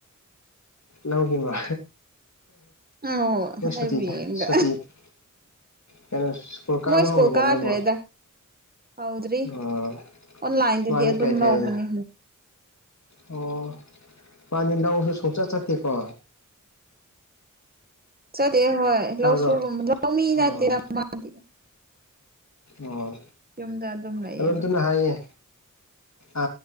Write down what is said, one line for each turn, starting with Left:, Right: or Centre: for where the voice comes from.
Left: ꯂꯧꯒꯤꯕ
Right: ꯑꯧ
Left: ꯃꯣꯢ
Right: ꯑꯩꯕꯨ
Left: ꯁꯨꯇꯤ
Right: ꯌꯦꯡꯒ
Left: ꯁꯨꯇꯤ ꯊꯥꯢ ꯀꯩꯅꯣ ꯁꯀꯨꯜ ꯀꯥꯕ
Right: ꯃꯣꯏ ꯁ꯭ꯀꯨꯜ
Left: ꯍꯧꯔꯕꯣ
Right: ꯀꯥꯗ꯭ꯔꯦꯗ
Left: ꯃꯣꯏꯕꯣ
Right: ꯍꯧꯗ꯭ꯔꯤ
Left: ꯑꯣ
Right: ꯑꯣꯟꯂꯥꯏꯟꯗꯒꯤ
Left: ꯃꯥꯗꯤ
Right: ꯑꯗꯨꯝ
Left: ꯀꯩ ꯀꯩ
Right: ꯂꯧꯕꯅꯦ
Left: ꯑꯣ ꯃꯥꯗꯤ ꯂꯧꯁꯨ ꯁꯨꯡꯆꯠ ꯆꯠꯇꯦꯀꯣ
Right: ꯆꯠꯇꯦ ꯍꯣꯏ
Left: ꯇꯥꯕ꯭ꯔꯣ
Right: ꯂꯧꯁꯨ ꯂꯧꯃꯤ ꯅꯠꯇꯦꯗ
Left: ꯑꯣ
Right: ꯃꯥꯗꯤ
Left: ꯑꯣ
Right: ꯌꯨꯝꯗ ꯑꯗꯨꯝ ꯂꯩꯌꯦꯕ
Left: ꯑꯔꯨꯟꯇꯅ ꯍꯥꯏꯌꯦ ꯑ